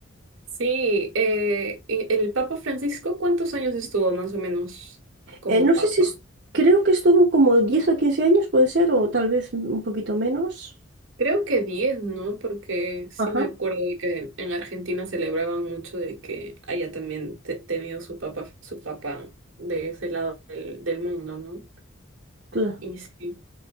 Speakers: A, on the right; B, on the right.
A: Sí, eh, y el Papa Francisco, ¿cuántos años estuvo más o menos como
B: Eh, no sé
A: Papa?
B: si, es- creo que estuvo como 10 o 15 años, puede ser, o tal vez un poquito menos.
A: Creo que diez ¿no? Porque sí
B: Ajá.
A: me acuerdo de que en Argentina celebraban mucho de que haya también te- tenido su papá, su papá de ese lado del, del mundo, ¿no?
B: Cla-
A: Y sí.